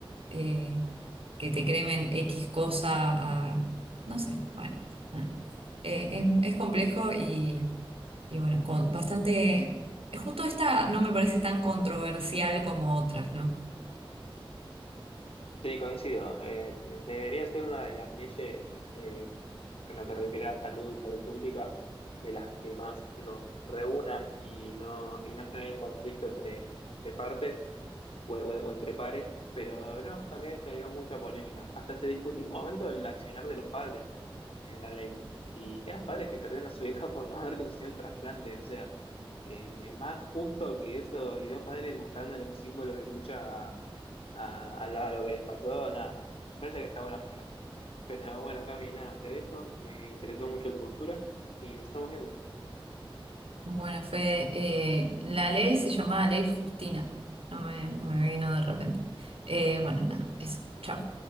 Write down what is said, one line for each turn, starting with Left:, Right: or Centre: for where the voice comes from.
Right: eh, que te cremen X cosa a, no sé, bueno, nada. Eh, es, es complejo y, y bueno, con bastante, justo esta no me parece tan controversial como otras, ¿no?
Left: Sí, coincido. Eh, de- debería ser una de las leyes eh, en lo que refiere a salud y salud pública, de las que más nos reúnan y no, y no generen conflicto entre, entre partes o, o- o entre pares, pero no, también generó mucha polémica. Hasta se discutió en un momento el accionar de los padres en la ley. Y eran padres que perdieron a su <laughs> hija por no haber conseguido un trasplante. O sea, eh, más justo que eso, y dos padres buscándole un símbolo de lucha a, a- a la- a lo que les pasó, nada. Me parece que está bueno apoyar. Pero bueno, Cami, nada, te dejo. Me interesó mucho tu postura y nos estamos viendo.
Right: Bueno, Fede, eh, la ley se llamaba Ley Justina, no me, me vino de repente. Eh, bueno, nada, eso, chao.